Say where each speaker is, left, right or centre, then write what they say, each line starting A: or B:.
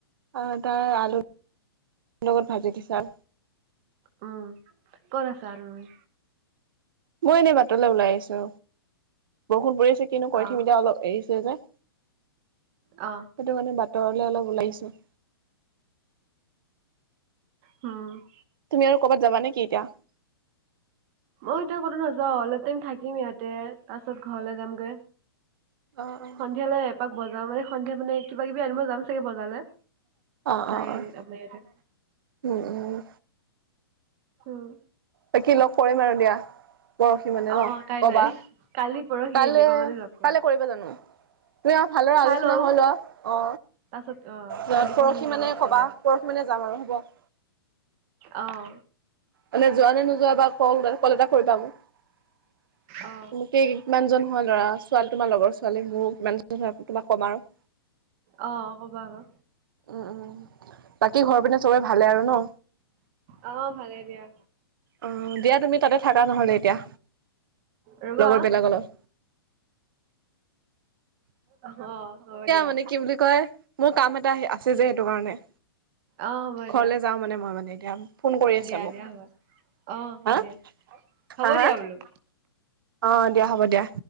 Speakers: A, on the right; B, on the right.
A: অ, তাৰ আলু লগত ভাজি দিছা।
B: উম, ক'ত আছা তুমি?
A: মই এনেই বাটলৈ ওলাই আহিছো বৰষুণ পৰিছে কিনো কৰি
B: অ
A: থাকিম এতিয়া অলপ এৰিছে যে।
B: অ
A: সেইটো কাৰণে বাটৰ লে অলপ ওলাই আহিছো।
B: উম
A: তুমি আৰু কবাত যাবা নেকি এতিয়া?
B: মই এতিয়া কতো নাযাও অলপ টাইম থাকিম ইয়াতে তাৰ পাছত ঘৰলে যামগে।
A: অ', অ',
B: সন্ধিয়ালে এপাক বজাৰ মানে সন্ধিয়া, মানে কিবা-কিবি আনিব যাম চাগে, বজালে
A: অ',
B: চাই
A: অ', অ',
B: এৰি এপলাই ইয়াতে,
A: উম, উম
B: উম।
A: বাকী লগ কৰিম আৰু দিয়া পৰহি মানে
B: অ
A: ন,
B: কাইলৈ
A: কবা
B: কালি- পৰহি
A: কাইলে
B: এনেকুৱা মানে লগ কৰিম
A: কাইলে কৰিবা জানো? তুমি আৰু ভালদৰে আলোচনা
B: চাই লও
A: হৈ লোৱা অ,
B: তাৰপাছত অ
A: যত
B: কালি
A: পৰহি
B: ভিতৰত
A: মানে
B: লগ কৰিম
A: কবা। পৰহি মানে যাম আৰু হ'ব।
B: অঁ
A: মানে যোৱা নে নোযোৱা বা কল-কল এটা কৰিবা মোক
B: অ
A: উম তেই কিমানজন হয়, ল'ৰা-ছোৱালী তোমাৰ লগৰ ছোৱালী মোৰো কিমানজন হয়, তোমাক কম আৰু।
B: অ, ক'বা আকৌ
A: উম-উম, বাকী ঘৰৰ পিনে চবে ভালে আৰু ন?
B: অ, ভালেই দিয়া।
A: অ দিয়া তুমি তাতে থাকা নহলে, এতিয়া।
B: ৰবা।
A: লগৰ বিলাকৰ লগত।
B: অ হ'ব দিয়া।
A: মানে কি বুলি কয় মোৰ কাম এটা আছে যে সেইটো কাৰণে।
B: অ হ'ব
A: ঘৰলে
B: দিয়া
A: যাও মানে মই মানে এতিয়া
B: অ
A: ফোন কৰি আছে
B: দিয়া
A: মোক।
B: দিয়া হ'ব অ হ'ব
A: হা?
B: দিয়া হ'ব
A: হা হা?
B: দিয়া বোলো।
A: অ দিয়া হ'ব দিয়া